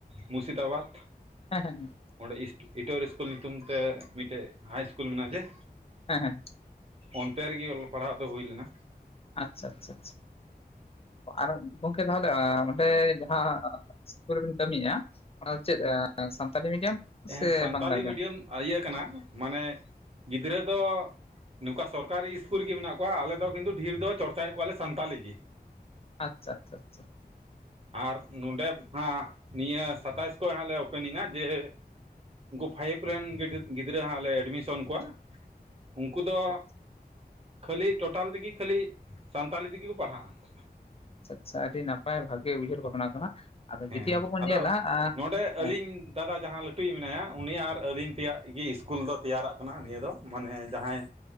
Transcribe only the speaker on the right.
ᱢᱩᱨᱥᱤᱫᱟᱵᱟᱫᱽ
ᱚᱸᱰᱮ ᱤᱴᱚᱨ ᱤᱥᱠᱩᱞ ᱧᱩᱛᱩᱢ ᱛᱮ ᱢᱤᱫᱴᱮᱡ ᱦᱟᱭ ᱤᱥᱠᱩᱞ ᱢᱮᱱᱟᱜᱼᱟ ᱡᱮ
ᱚᱱᱛᱮ ᱨᱮᱜᱮ ᱚᱞᱚᱜ ᱯᱟᱲᱦᱟᱣ ᱫᱚ ᱦᱩᱭ ᱞᱮᱱᱟ᱾
ᱦᱮᱸ
ᱥᱟᱱᱛᱟᱞᱤ
ᱢᱤᱰᱤᱭᱟᱢ ᱤᱭᱟᱹ ᱠᱟᱱᱟ ᱢᱟᱱᱮ ᱜᱤᱫᱽᱨᱟᱹ ᱫᱚ ᱱᱚᱝᱠᱟ ᱥᱚᱨᱠᱟᱨᱤ ᱤᱥᱠᱩᱞ ᱨᱮᱜᱮ ᱢᱮᱱᱟᱜ ᱠᱚᱣᱟ ᱟᱞᱮ ᱫᱚ ᱠᱤᱱᱛᱩ ᱰᱷᱮᱨ ᱫᱚ ᱪᱚᱨᱪᱟᱭᱮᱫ ᱠᱚᱣᱟ ᱞᱮ ᱥᱟᱱᱛᱟᱞᱤ ᱜᱮ
ᱟᱨ ᱱᱚᱰᱮ ᱦᱟᱸᱜ ᱱᱤᱭᱟᱹ ᱥᱟᱛᱟᱥ ᱠᱷᱚᱡ ᱦᱟᱸᱜ ᱞᱮ ᱳᱯᱮᱱᱤᱝᱟ ᱡᱮ ᱩᱱᱠᱩ ᱯᱷᱟᱭᱤᱵᱽ ᱨᱮᱱ ᱜᱤᱫᱽᱨᱟᱹ ᱦᱟᱸᱜ ᱞᱮ ᱮᱰᱢᱤᱥᱚᱱ ᱠᱚᱣᱟ ᱩᱱᱠᱩ ᱫᱚ
ᱠᱷᱟᱹᱞᱤ ᱴᱳᱴᱟᱞ ᱛᱮᱜᱮ ᱠᱷᱟᱹᱞᱤ ᱥᱟᱱᱛᱟᱞᱤ ᱛᱮᱜᱮ ᱠᱚ ᱯᱟᱲᱦᱟᱜᱼᱟ
ᱦᱮᱸ
ᱟᱫᱚ
ᱱᱚᱰᱮ
ᱟᱹᱞᱤᱧ ᱫᱟᱫᱟ ᱡᱟᱦᱟᱸ ᱞᱟᱹᱴ ᱴᱷᱩᱭᱤᱡ ᱢᱮᱱᱟᱭᱟ ᱩᱱᱤ ᱟᱨ ᱟᱹᱞᱤᱧ ᱛᱮᱭᱟᱜ ᱜᱮ ᱤᱥᱠᱩᱞ ᱫᱚ ᱛᱮᱭᱟᱨᱟᱜ ᱠᱟᱱᱟ ᱱᱤᱭᱟᱹ ᱫᱚ ᱢᱟᱱᱮ ᱡᱟᱦᱟᱸᱭ